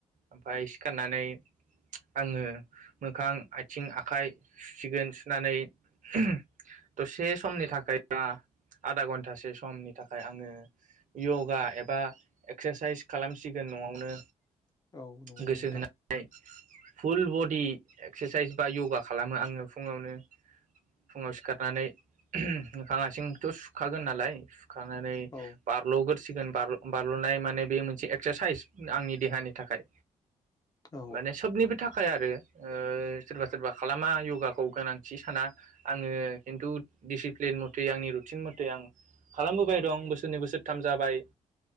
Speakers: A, on the right; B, on the left.
A: ओमफ्राय सिखारनानै आङो मोखां आथिं आखाइ सुसिगोन नानै ओम दसे समनि थाखाय बा आधा घन्टासे समनि थाखाय आङो यगा एबा एक्सारसाइस खालामसिगोन न'आवनो।
B: औ नंगौ
A: गोसो
B: नोंथां
A: होनानै फुल बडि एक्सारसाइस बा य'गा खालामो आङो फुङावनो। फुङाव सिखारनानै मोखां आसिंथ' सुखागोन नालाय खांनानै
B: औ
A: बारल'गोरसि सिगोन बारल'बारल'नाय माने बे मोनसे एक्सारसाइस आंनि देहानि थाखाय।
B: औ
A: माने सबनिबो थाखाय खाय आरो ओ सोरबा सोरबा खालामा योगाखौ गोनां थि साना आङो खिन्थु दिसिप्लिन मथे आंनि रुटिन मथे आं खालामबोबाय दं बोसोरनै बोसोरथाम जाबाय